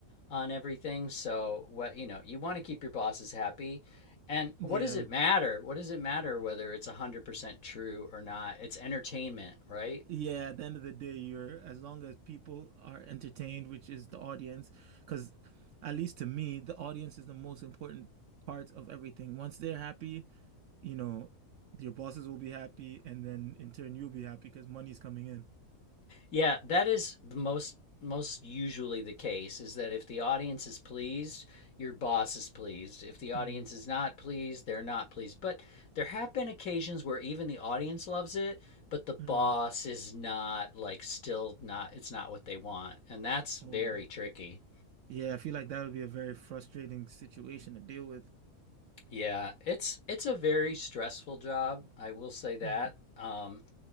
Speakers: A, on the left; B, on the right.
A: on everything. So what you know, you want to keep your bosses happy. And
B: yeah.
A: what does it matter? What does it matter whether it's 100% true or not? It's entertainment, right?
B: Yeah, at the end of the day, you're as long as people are entertained, which is the audience, because at least to me, the audience is the most important part of everything. Once they're happy, you know, your bosses will be happy, and then in turn you'll be happy because money's coming in.
A: Yeah, that is the most most usually the case is that if the audience is pleased, your boss is pleased. If the audience
B: Mm,
A: is not pleased, they're not pleased. But there have been occasions where even the audience loves it, but the boss
B: mm.
A: is not like still not it's not what they want. And that's very
B: Oh,
A: tricky.
B: yeah. I feel like that would be a very frustrating situation to deal with.
A: Yeah, it's it's a very stressful job, I will say that.
B: Mm,
A: Um,